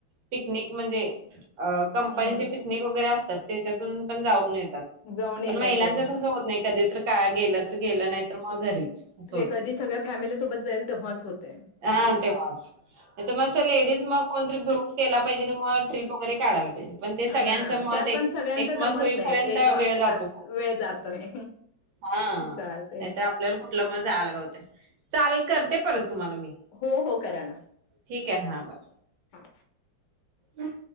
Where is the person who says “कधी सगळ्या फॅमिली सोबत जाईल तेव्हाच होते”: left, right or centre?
Left